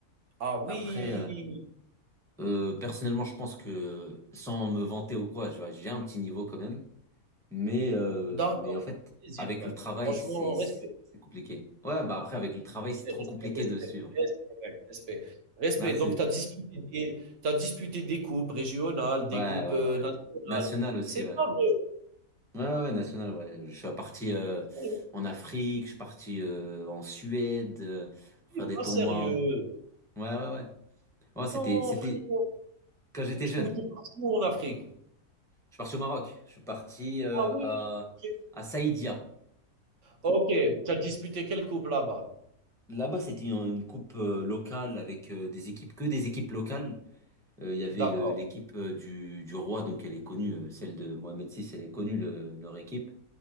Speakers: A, on the right; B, in the centre.
A: ah oui!
B: Après, euh, euh, personnellement, je pense que sans me vanter ou quoi, je vois, j'ai un petit niveau quand même. Mais, euh,
A: D'accord,
B: mais en fait,
A: ça fait plaisir,
B: avec
A: ouais.
B: le travail,
A: Franchement,
B: c'est, c'est
A: respect,
B: compliqué. Ouais, bah après, avec le travail, c'est
A: respect,
B: trop compliqué
A: respect,
B: de suivre.
A: respect, respect, mec, respect, respect.
B: Merci.
A: Donc tu as disputé des tu disputé des coupes régionales,
B: Ouais,
A: des coupes,
B: ouais,
A: heu,
B: ouais.
A: nationales.
B: National aussi,
A: C'est
B: ouais.
A: pas vrai,
B: Ouais, ouais, ouais, national, ouais. Je suis parti euh,
A: frérot,
B: en Afrique, je suis parti euh, en Suède euh, pour
A: tu
B: faire des
A: pas
B: tournois.
A: sérieux?
B: Ouais, ouais, ouais. Ouais, c'était,
A: Non,
B: c'était
A: frérot.
B: quand j'étais
A: Où tu
B: jeune.
A: où tu es parti où en Afrique?
B: Je suis parti au Maroc. Je suis parti euh,
A: Ah oui,
B: à,
A: OK.
B: à Saïdia.
A: OK, tu as disputé quelle coupe là-bas?
B: Là-bas, c'était une une coupe euh, locale avec euh, des équipes, que des équipes locales. Euh, Il y avait
A: D'accord,
B: le- l'équipe euh, du, du roi, donc elle est connue, euh, celle de Mohamed VI, elle est connue, le- leur équipe.